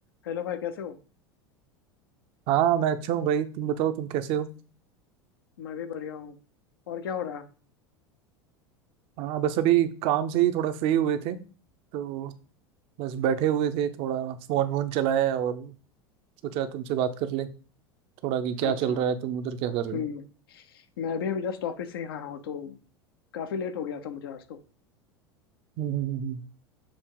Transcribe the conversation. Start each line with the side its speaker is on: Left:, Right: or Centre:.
Left: Hello भाई कैसे हो
Right: हाँ मैं अच्छा हूँ भाई तुम बताओ तुम कैसे हो
Left: मैं भी बढ़िया हूँ और क्या हो रहा है
Right: हाँ बस अभी काम से ही थोड़ा फ्री हुए थे तो बस बैठे हुए थे थोड़ा फोन वोन चलाया और सोचा तुमसे बात कर ले थोड़ा
Left: अच्छा
Right: कि क्या
Left: अच्छा
Right: चल रहा है तुम उधर क्या कर रहे
Left: हम्म
Right: हो
Left: मैं भी अभी जस्ट ऑफिस से यहाँ हूँ तो काफी लेट हो गया था मुझे आज तो
Right: हम्म, हम्म, हम्म।